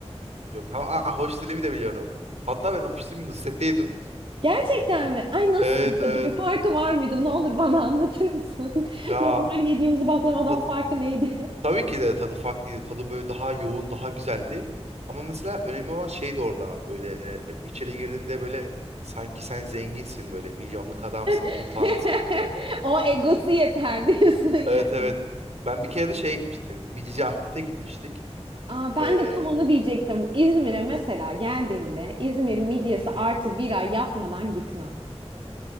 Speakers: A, on the right; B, on the right.
A: Yok. Ha, aa havuç dilimi de biliyorum. Hatta ben havuç dilimi Nusret'te yedim.
B: Gerçekten mi? Ay nasıl
A: Evet evet.
B: peki bir farkı var mıydı? Ne olur bana anlatır mısın? <laughs>
A: Ya
B: Normal yediğimiz baklavadan
A: tadı
B: farkı neydi?
A: Tabii ki de tadı farklıydı. Tadı böyle daha yoğun, daha güzeldi. Ama mesela önemli olan şey de orada. Böyle e, içeri girdiğinde böyle sanki sen zenginsin böyle milyonluk adamsın
B: <laughs>
A: gibi falan hissettiriyordu.
B: O egosu yeter diyorsun yani.
A: Evet evet. Ben bir kere de şey gitmiştim. Midici Ahmet'e gitmiştik.
B: Aa, ben
A: Ee,
B: de tam onu diyecektim. İzmir'e mesela geldiğinde İzmir midyesi
A: hı hı.
B: artı bira yapmadan gitme.